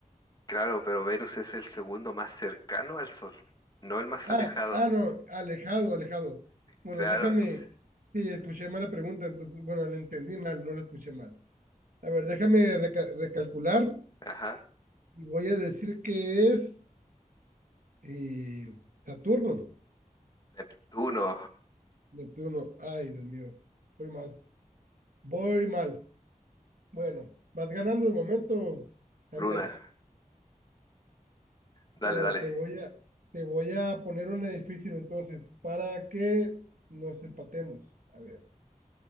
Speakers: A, on the left; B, on the right.
A: Claro, pero Venus es el segundo más cercano al Sol, no el más
B: Ah,
A: alejado.
B: ah, no, alejado, alejado. Bueno,
A: Claro,
B: déjame,
A: es-
B: sí, escuché mal la pregunta, entonces, bueno, la entendí mal, no la escuché mal. A ver, déjame reca- recalcular
A: ajá.
B: y voy a decir que es eh, Saturno,
A: Neptuno,
B: Neptuno. Ay, Dios mío, voy mal, voy mal. Bueno, vas ganando de momento, Javier.
A: por una. Dale,
B: Pero
A: dale.
B: te voy a, te voy a poner una difícil entonces, para que nos empatemos. A ver,